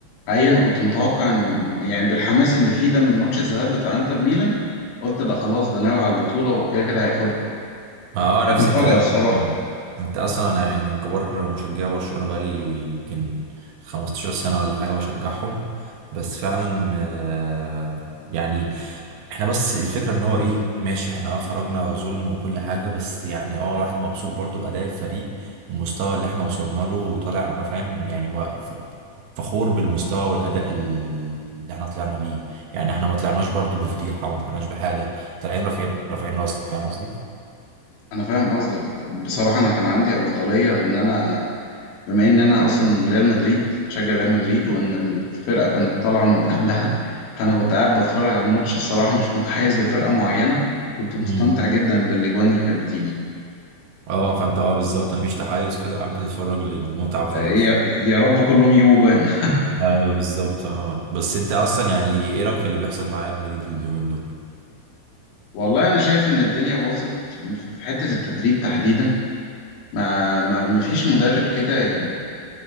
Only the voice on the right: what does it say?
ما هو
نفس
الكلام
انت اصلا انا يعني من كبار مشجعي برشلونة بقالي يمكن 15 سنة ولا حاجة بشجعهم بس فعلا آه، يعني احنا بس الفكرة ان هو ايه ماشي احنا اه خرجنا ظلم وكل حاجة بس يعني اه الواحد مبسوط برضو بأداء الفريق والمستوى اللي احنا وصلنا له وطالع ما فاهم يعني ما ف- فخور بالمستوى والأداء اللي احنا طلعنا بيه يعني احنا ما طلعناش برضو بفضيحة ما طلعناش بحاجة طالعين رافعين رافعين راسنا فاهم قصدي؟
امم
اه فانت اه بالظبط مفيش تحيز كده قاعد بتتفرج للمتعة وخلاص
ايوه بالظبط اه بس انت اصلا يعني ايه رأيك في اللي بيحصل مع ريال مدريد اليومين دول؟